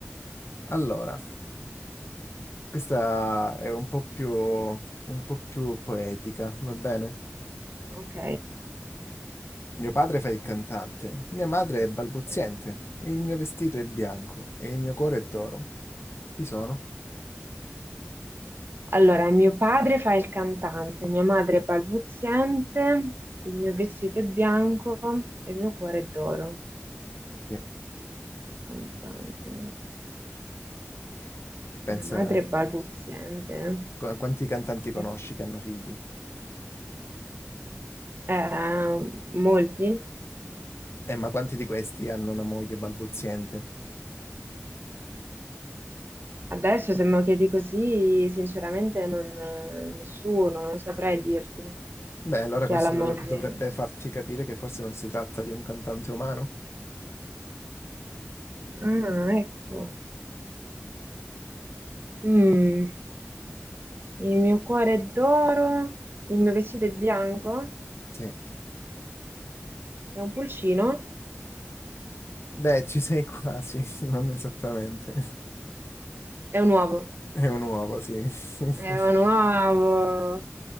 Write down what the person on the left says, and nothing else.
Allora, questa è un po' più, un po' più poetica, va bene?
Mio padre fa il cantante, mia madre è balbuziente,
il mio vestito è bianco e il mio cuore è d'oro. Chi sono?
Sì,
pensa
qu- quanti cantanti conosci
che hanno figli.
Eh, ma quanti di questi hanno una moglie balbuziente?
Beh, allora
questo
dov- dovrebbe farti capire che forse non si tratta di un cantante umano.
Sì.
Beh, ci sei quasi, <laughs> non esattamente.
È un uovo, sì. <laughs>